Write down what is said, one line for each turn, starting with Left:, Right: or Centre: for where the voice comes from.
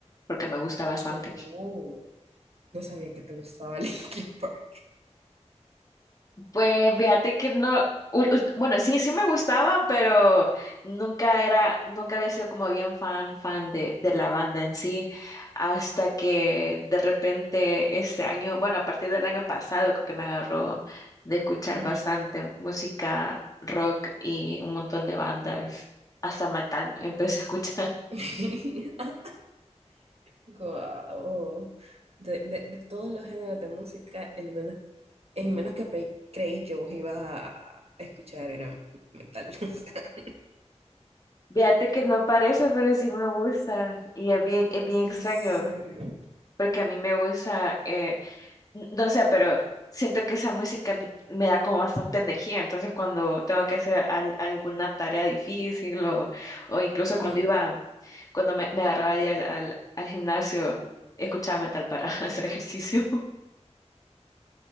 Left: porque me gusta bastante.
Right: Oh, no sabía que te gustaba <laughs> Linkin Park.
Left: Pues fíjate que no, ul- ul- bueno, sí, sí me gustaba, pero nunca era, nunca había sido como bien fan, fan de, de la banda en sí, hasta que de repente este año, bueno, a partir del año pasado creo que me agarró de escuchar
Right: Ujú.
Left: bastante música rock y un montón de bandas, hasta metal empecé a escuchar.
Right: <laughs> Guau. De, de- de todos los géneros de música, el menos en menos que pe- creí que vos ibas a escuchar era metal. <laughs> o sea,
Left: <laughs> Fíjate que no parece, pero sí me gusta y es bien, es bien extraño,
Right: En serio.
Left: porque a mí me gusta... eh, No sé, pero siento que esa música n- me da como bastante energía. Entonces, cuando tengo que hacer al- alguna tarea difícil o, o incluso
Right: ujú.
Left: cuando iba, cuando me, me agarraba ahí al, al, al gimnasio, escuchaba metal para <laughs> hacer ejercicio.